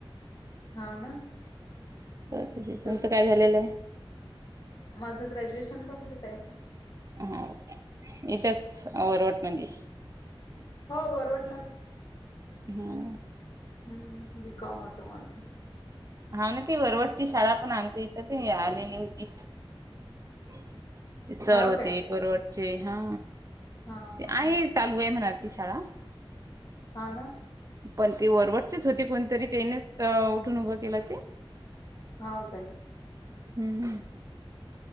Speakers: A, on the right; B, on the left.
A: <inaudible>
B: हो ना.
A: तर ते- ते तुमचं
B: तसच
A: काय
B: होत.
A: झालेलं आहे
B: माझ ग्रॅज्युएशन कंप्लीट हाय.
A: हा. इथच <unintelligible> मध्ये
B: हो वरवटलाच.
A: हम्.
B: हम्म. बिकॉम होत माझं.
A: हा ना ती वरवटची शाळा पण आमच्या इथं आलेली होती <unintelligible> ते सर
B: हाव
A: होते
B: काय
A: एक वरवटचे. हा.
B: हा
A: ते
B: हा
A: आहे -- चालू आहे म्हणा ती शाळा
B: हा ना.
A: पण ती वरवटचीच होती कोणतरी त्याने उठून उभं केला ते
B: हो काय?
A: हम्म.